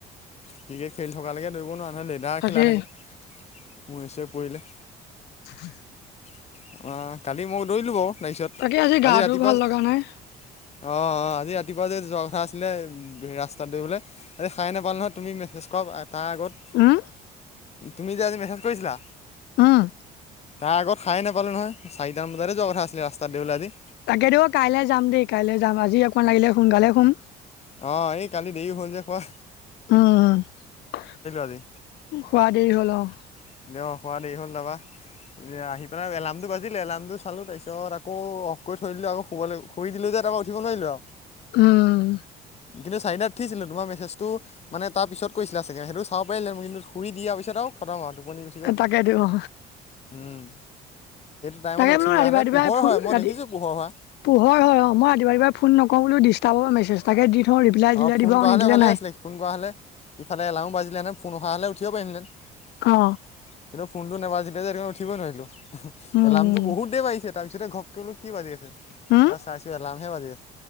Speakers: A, on the left (about 40°); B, on the left (about 85°).
A: ক্ৰিকেট খেলি থকালৈকে দৌৰিব নোৱাৰি নহয়, লেডাৰ
B: তাকে
A: খেলা থাকে, মোৰে ছোৰে পৰিলে।
B: <inaudible>
A: অ', কালি ময়ো দৌৰিলো বাৰু। তাৰপিছত
B: তাকে গাটো
A: আজি ৰাতিপুৱা,
B: ভাল
A: অ',
B: লগা নাই
A: অ', আ আজি ৰাতিপুৱা যে যোৱা কথা আছিলে, ৰাস্তাত দৌৰিবলে, আজি সাৰে নাপালো নহয়, তুমি মেছেজ কৰা তাৰ আগত,
B: উম
A: তুমি যে আজি মেছেজ কৰিছিলা।
B: উম।
A: তাৰ আগত সাৰে নাপালোঁ নহয়, চাৰিটামান বজাতে যোৱা কথা আছিলে ৰাস্তাত দৌৰিবলে আজি।
B: তাকে দেই কাইলে যাম দেই- কাইলে যাম, আজি অকমান লাগিলে সোনকালে শুম।
A: অ', এই কালি দেৰি হ'ল যে শুৱা।
B: উম, কি
A: আজি
B: শুৱা দেৰি হ'ল অ'।
A: <unintelligible> শুৱা দেৰি হ'ল তাৰপা। এ আহি পেলাই এলাৰ্মটো বাজিলে, এলাৰ্মটো চালো, তাৰপিছত আকৌ অফ কৰি থৈ দিলো, আকৌ শুব শুই দিলো যে তাৰপা উঠিব নোৱাৰিলো আৰু।
B: উম।
A: কিন্তু চাৰিটাত উঠিছিলো, তোমাৰ মেছেজটো মানে তাৰ পিছত কৰিছিলা চাগে, সেইটো চাব পাৰিলে মই কিন্তু শুই দিয়া টাও খতম হয়, টোপনি গুচি গ'লো,
B: তাকে দিও
A: উম। টাইমত
B: তাকে
A: উঠি
B: বোলো
A: দিয়া
B: ৰাতিপুৱা
A: হ'লে পোহৰ
B: ৰাতিপুৱাই
A: হয়, মই
B: ৰাতি
A: দেখিছোঁ পোহৰ হোৱা।
B: পোহৰ হয় অ', মই ৰাতিপুৱা ৰাতিপুৱাই ফোন নকৰো বোলো ডিষ্টাৰ্ব হ'ব মেছেজ এটাকে দি থওঁ ৰিপ্লাই
A: অ',
B: দিলে
A: ফোন
B: দিব আৰু
A: কৰা
B: নিদিলে
A: হ'লে ভালে
B: নাই।
A: আছিলে, ফোন কৰা হ'লে, ইফালে এলাৰ্ম বাজিলেহেতেন, ফোন অহা হ'লে উঠিব পাৰিলোহেঁতেন। <inaudible>
B: অ।
A: কিন্তু ফোনটো নাবাজিলে যে ৰাতিপুৱা উঠিবই নোৱাৰিলো হয়,
B: উম
A: এলাৰ্মটো
B: উম
A: বহুত দেৰিত বাজিছে তাৰপিছতে ঘপকে বোলো কি বাজি আছে,
B: উম
A: তাৰপা চাইছো এলাৰ্মহে বাজি আছে,